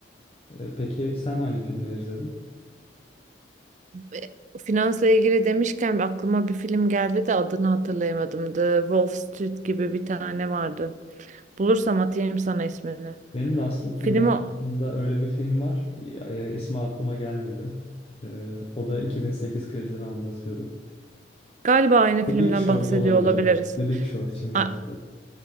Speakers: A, on the left; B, on the right.
A: E, peki sen hangi filmleri izledin?
B: E, Finansla ilgili demişken aklıma bir film geldi de adını hatırlayamadım. The Wolf Street gibi bir tane vardı. Bulursam atayım sana ismini.
A: Benim de aslında
B: Film o.
A: aklımda öyle bir film var. E, ismi aklıma gelmedi. E, o da 2008 krizini anlatıyordu.
B: Galiba aynı
A: The
B: filmden
A: Big Short
B: bahsediyor
A: olabilir
B: olabiliriz.
A: bak. The Big Short şimdi
B: A-
A: hatırladım.